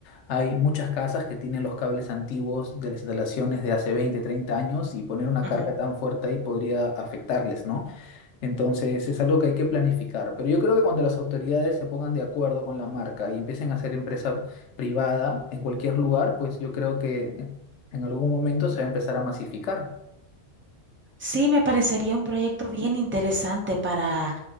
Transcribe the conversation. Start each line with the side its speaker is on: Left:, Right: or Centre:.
Left: hay muchas casas que tienen los cables antiguos de las instalaciones de hace 20, 30 años y poner una
Right: ujú.
Left: carga tan fuerte ahí podría afectarles, ¿no? Entonces es algo que hay que planificar. Pero yo creo que cuando las autoridades se pongan de acuerdo con la marca y empiecen a hacer empresa privada en cualquier lugar, pues yo creo que en en algún momento se va a empezar a masificar.
Right: Sí, me parecería un proyecto bien interesante para.